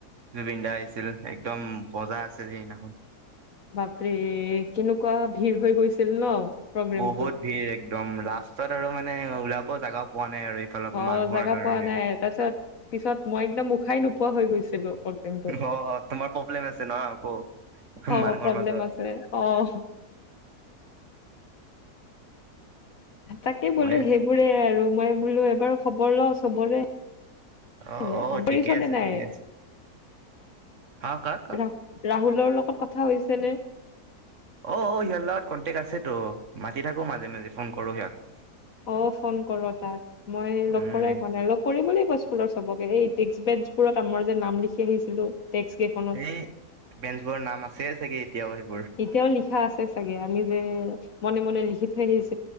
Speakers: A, on the right; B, on the left.
A: জুবিন দা আহিছিল একদম মজা আছিল সেইদিনাখন।
B: বাপৰে! কেনেকুৱা ভিৰ হয় গৈছিল ন? প্ৰগ্ৰেমটোত
A: বহুত ভিৰ একদম ৰাস্তাত আৰু মানে ওলাব জেগা পোৱা নাই আৰু এইফালৰ পৰা
B: অ'
A: মানুহৰ
B: জেগা
A: কাৰণে।
B: পোৱা নাই, তাৰপিছত পিছত মই একদম উশাই নোপোৱা হৈ গৈছিলো। প্ৰগেমটোত,
A: অ তোমাৰ প্ৰব্লেম আছে ন আকৌ
B: অ'
A: মানুহৰ
B: প্ৰব্লেম
A: মাজত
B: আছে অ'। তাকে বোলো
A: মই
B: সেইবোৰে আৰু মই বোলো এবাৰ খবৰ ল চবৰে
A: অ
B: এ
A: অ
B: তামছনে
A: ঠিকে আছে
B: নাই
A: ঠিকে আছে হা কাক কাক
B: ৰা ৰাহুলৰ লগত কথা হৈছে নে
A: অ সিহঁৰ লগত কণ্টেক্ট আছেতো মাতি থাকো মাজে মাজে ফোন কৰো সিহঁত
B: অ ফোন কৰ তাক মই লগ
A: উম
B: কৰাই হোৱা নাই লগ কৰিবলৈ কৈছো স্কুলৰ চবকে এই ডেক্ক বেঞ্চবোৰত আমাৰ যে নাম লিখি আহিছিলো ডেস্ক কেইখনত
A: এই বেঞ্চবোৰৰ নাম আছেই চাগে এতিয়াও আহিব
B: এতিয়াও লিখা আছে চাগে আমি যে মনে মনে লিখি িক